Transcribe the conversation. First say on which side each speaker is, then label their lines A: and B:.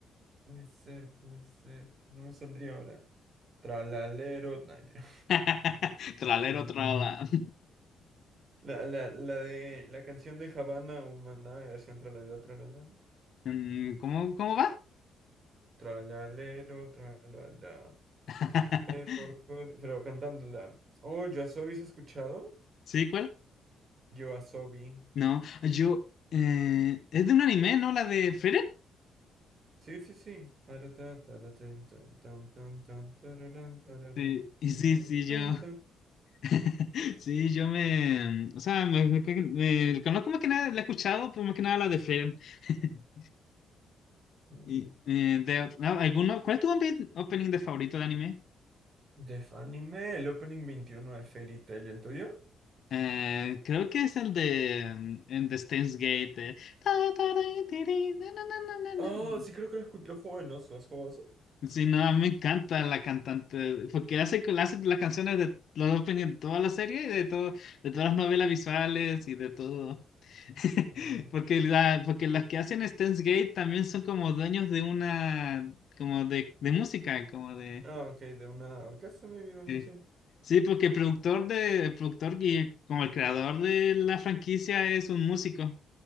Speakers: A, on the right; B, on the left.
A: puede ser, puede ser. No me saldría ahora. Tralalero. No, mentira.
B: <laughs> Tralero, trala. <laughs>
A: La, la, la de la canción de Havana Humana, versión tralalero, tralala.
B: Mm, ¿Cómo, cómo va?
A: Tralalero, tralala.
B: <laughs>
A: Eh, por, todo- pero cantándola. Oh, yo soy, ¿has escuchado?
B: ¿Sí, cuál?
A: Yoasobi.
B: No, yo. eh, es de un anime, ¿no? La de Frieren.
A: Sí, sí, sí. Taratá, taratín, tan, tan, tan, tan, tararán, tararán,
B: Sí, y
A: tan,
B: sí,
A: tan,
B: sí,
A: tan,
B: yo.
A: tan.
B: <laughs> Sí, yo me. O sea, me, me- me- conozco más que nada, la he escuchado, pero más que nada la de Frieren. <laughs>
A: Mm.
B: Y, eh, de, no, ¿alguno, ¿cuál es tu opening de favorito de anime?
A: Def Anime, el opening veintiuno de Fairy Tail, ¿y el tuyo?
B: Eh, creo que es el de mm, en The Steins Gate. eh, ta, ta, ra, tiri, na, na, na, na,
A: Oh,
B: na, na.
A: sí, creo que lo, escu- lo juego en oso. ¿Has jugado oso?
B: Sí, no, a mí me encanta la cantante, porque hace, que- hace las canciones de los openings de toda la serie y de todo, de todas las novelas visuales y de todo. <laughs>
A: No.
B: Porque, la, porque las que hacen Steins Gate también son como dueños de una, como de, de música, como de...
A: Ah, ok, de una orquesta, maybe, cosas
B: sí.
A: así.
B: Sí, porque el productor de, el productor y como el creador de la franquicia es un músico.